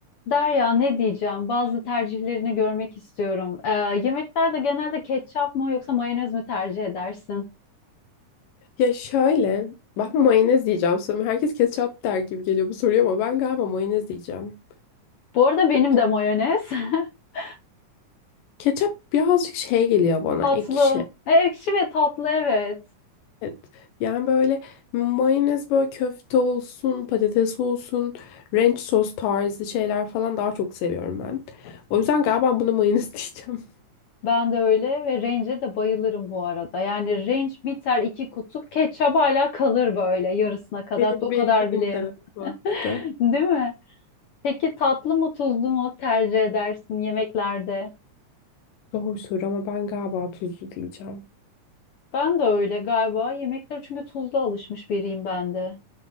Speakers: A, on the left; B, on the left.
A: Derya ne diyeceğim? Bazı tercihlerini görmek istiyorum. Ee, yemeklerde genelde ketçap mı yoksa mayonez mi tercih edersin?
B: Ya şöyle, ben mayonez diyeceğim sanırım. Herkes ketçap der gibi geliyor bu soruya ama ben galiba mayonez diyeceğim.
A: Bu arada benim
B: Ya- ya
A: de mayonez. <laughs>
B: Ketçap birazcık şey geliyor bana,
A: Tatlı.
B: ekşi.
A: E, ekşi ve tatlı evet.
B: Evet. Yani böyle mayonez böyle köfte olsun, patates olsun, ranch sos tarzı şeyler falan daha çok seviyorum ben. O yüzden galiba buna mayonez <laughs> diyeceğim.
A: Ben de öyle ve range'e de bayılırım bu arada. Yani range biter iki kutu ketçap hala kalır böyle yarısına kadar.
B: Benim,
A: O
B: benim,
A: kadar bile
B: benim
A: yemem.
B: de bu arada.
A: <laughs> Değil mi? Peki tatlı mı tuzlu mu tercih edersin yemeklerde?
B: Doğru soru ama ben galiba tuzlu diyeceğim.
A: Ben de öyle galiba. Yemekler çünkü tuzlu alışmış biriyim ben de.